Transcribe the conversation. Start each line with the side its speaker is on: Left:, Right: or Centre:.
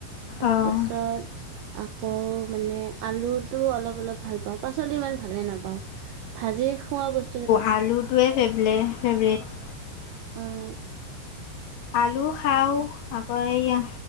Right: তাৰপাছত
Left: অ'
Right: আকৌ মানে আলুটো অলপ, অলপ ভাল পাওঁ পাচলি ইমান ভালে নাপাওঁ। ভাজি খোৱা বচ
Left: অ'আলুটোৱে ফেভলে ফেভৰেট।
Right: উম,
Left: আলু খাওঁ আকৌ এইয়া